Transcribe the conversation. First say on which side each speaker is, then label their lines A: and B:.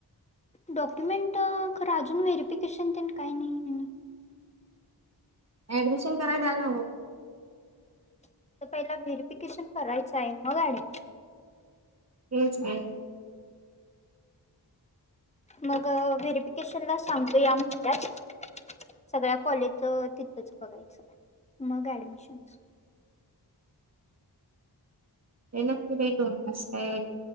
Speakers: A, on the left; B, on the right.
A: डॉक्युमेंट खर अजून व्हेरीफिकेशन तेन काय नाही आणि
B: ऍडमिशन करायला द्याला नगो.
A: तर पहिला व्हेरिफिकेशन करायचं हाय मग ॲडमि
B: हेच कि.
A: मग व्हेरीफिकेशन ला सांगतो या म्हटल्यात. सगळ्या कॉलेजच तिथच बघायचं. मग ऍडमिशन
B: <unintelligible> आहे